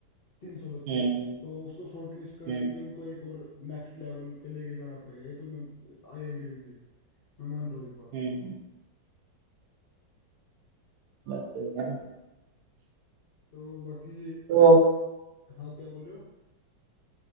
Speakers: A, on the left; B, on the right.
A: तीन सौ बच्चे
B: हम्म
A: तो उसको शॉर्ट लिस्ट करने
B: हम्म
A: के लिए उनको एक और नेक्स्ट लेवल पे लेके जाना पड़ेगा ये तो मैं आई एग्री विद दिस मैं मान रहा हूँ इस बात
B: हम्म
A: को
B: बस ठीक है ना
A: तो बाकी
B: तो
A: हाँ क्या बोल रहे हो